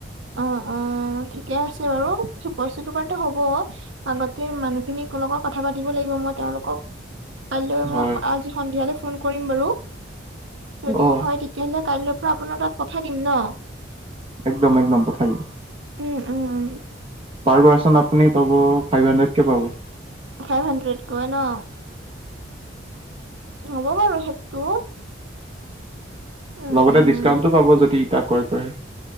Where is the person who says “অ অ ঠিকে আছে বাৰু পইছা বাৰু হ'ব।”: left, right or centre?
Right